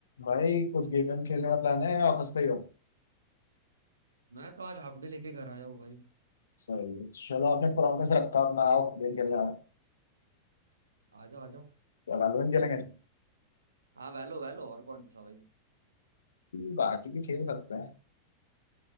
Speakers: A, on the left (about 70°); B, on the right (about 75°).
A: भाई कुछ गेम वेम खेलने का प्लान है या ऑफिस पे ही हो
B: मैं तो आज हाफ डे लेके घर आया हूँ भाई
A: सही है। चलो आपने प्रॉमिस रखा अपना आओ गेम खेलने आओ
B: आ जाओ आ जाओ
A: क्या वैलोरेंट खेलेंगे
B: हाँ वैलो वैलो और कौन सा भाई
A: हम्म, बाकी भी खेल सकते हैं